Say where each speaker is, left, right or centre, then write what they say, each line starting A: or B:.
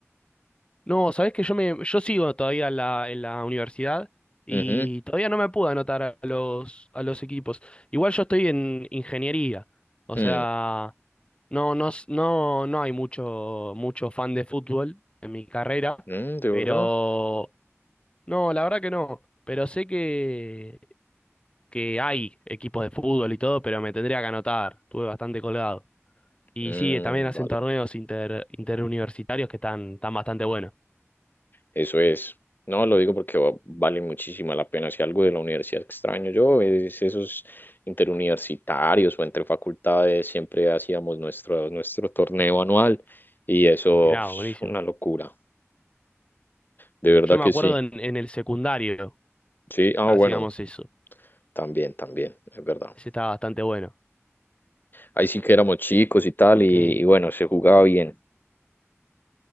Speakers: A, on the left; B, on the left.
A: No, sabés que yo me, yo sigo todavía en la, en la universidad y
B: Ujú.
A: todavía no me pude anotar a los, a los equipos. Igual yo estoy en ingeniería, o
B: Mm,
A: sea, no, no, s- no, no hay mucho, mucho fan de fútbol en mi carrera,
B: mm, ¿De
A: pero
B: verdad?
A: no, la verdad que no. Pero sé que, que hay equipos de fútbol y todo, pero me tendría que anotar. Estuve bastante colgado. Y
B: Mm,
A: sí, también hacen
B: vale.
A: torneos inter, interuniversitarios que están, están bastante buenos.
B: Eso es. No, lo digo porque va- vale muchísima la pena. Si algo de la universidad extraño yo, es esos interuniversitarios o entre facultades, siempre hacíamos nuestro, nuestro torneo anual y eso
A: Mirá,
B: es
A: buenísimo.
B: una locura. De verdad
A: Yo me
B: que
A: acuerdo
B: sí.
A: en, en el secundario
B: Sí, ah,
A: hacíamos
B: bueno,
A: eso.
B: también, también, es verdad.
A: Ese estaba bastante bueno.
B: Ahí sí que éramos chicos y tal y,
A: Que,
B: y bueno, se jugaba bien.